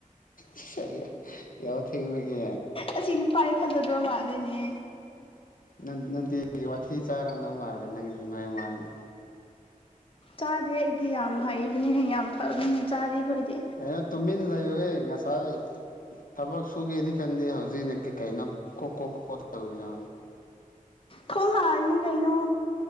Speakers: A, on the left (about 75°); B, on the left (about 40°).
A: ꯑꯁ ꯑꯩ ꯌꯥꯍꯧ ꯊꯦꯡꯕꯒꯤ
B: ꯑꯁꯤ ꯅꯨꯄꯥꯥꯖꯦ ꯊꯥꯖꯗ꯭ꯔ ꯃꯥꯂꯦꯅꯦ
A: ꯅꯪ ꯅꯡꯗꯤ ꯋꯥꯊꯤ ꯆꯥꯔꯝꯗꯧ ꯃꯥꯜꯗꯦ ꯅꯪꯒꯤꯁꯨ ꯅꯣꯏ ꯃꯥꯡꯉꯦ
B: ꯆꯥꯗꯦ ꯑꯩꯗꯤ ꯌꯥꯝ ꯍꯩꯕꯅꯤꯅ ꯌꯥꯝ ꯐꯕꯅꯤꯅ ꯆꯥꯗꯦ ꯈꯣꯏꯗꯤ
A: ꯀꯩꯅꯣ ꯇꯨꯃꯤꯟ ꯂꯩꯌꯨꯍꯦ ꯉꯁꯥꯏ ꯊꯕꯛ ꯁꯨꯒꯦꯗꯤ ꯈꯟꯗꯦ ꯍꯧꯖꯤꯛ ꯖꯤꯛꯅ ꯀꯩ ꯀꯩ ꯀꯩꯅꯣ ꯀꯣ ꯀꯣ ꯇꯧꯔꯤꯗꯣ
B: ꯊꯣꯡ ꯍꯥꯥꯡꯉꯤꯅꯤ ꯀꯩꯅꯣ